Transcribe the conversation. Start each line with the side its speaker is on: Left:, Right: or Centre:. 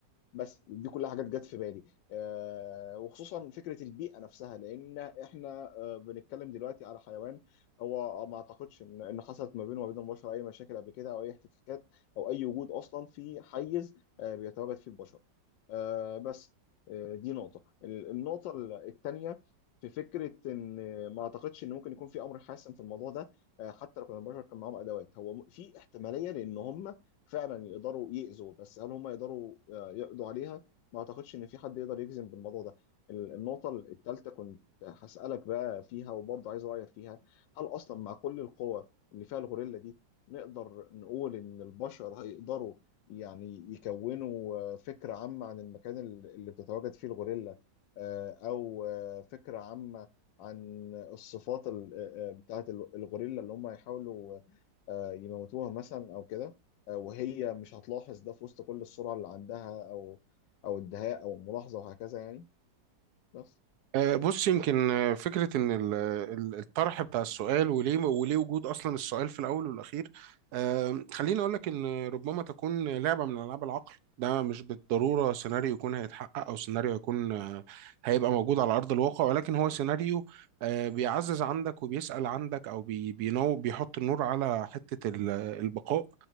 Left: بس دي كلها حاجات جت في بالي آه وخصوصا فكره البيئه نفسها لان احنا آه بنتكلم دلوقتي على حيوان هو آه، ما اعتقدش ان ان حصلت ما بينه وما بين البشر اي مشاكل قبل كده او اي احتكاكات او اي وجود اصلا في حيز آه بيتواجد فيه البشر آه بس آه دي نقطه ال- النقطه الثانيه في فكره ان ما اعتقدش ان ممكن يكون في امر حاسم في الموضوع ده آه حتى لو كان البشر كان معاهم ادوات هو م- في احتماليه لان هم فعلا يقدروا يأذوا بس هل هم يقدروا آه، يقضوا عليها؟ ما اعتقدش ان في حد يقدر يجزم بالموضوع ده ال- النقطة الثالثة كنت هسألك بقى فيها وبرضه عايز رأيك فيها هل اصلا مع كل القوة اللي فيها الغوريلا دي نقدر نقول ان البشر هيقدروا يعني يكونوا آه، فكرة عامة عن المكان ال- اللي بتتواجد فيه الغوريلا آه، او آه، فكرة عامة عن الصفات ال- آه، آه، بتاعت ال- الغوريلا اللي هم يحاولوا آه، يموتوها مثلا او كده آه، وهي مش هتلاحظ ده في وسط كل السرعة اللي عندها أو أو الدهاء أو الملاحظة وهكذا يعني بس
Right: آه، بص يمكن آه، فكرة إن ال- ال- الطرح بتاع السؤال وليه وليه وجود أصلا السؤال في الأول والأخير آه، خليني أقول لك إن ربما تكون لعبة من ألعاب العقل ده مش بالضرورة سيناريو يكون هيتحقق أو سيناريو يكون آه، هيبقى موجود على أرض الواقع ولكن هو سيناريو آه، بيعزز عندك وبيسأل عندك أو بي- بينو بيحط النور على حتة ال- البقاء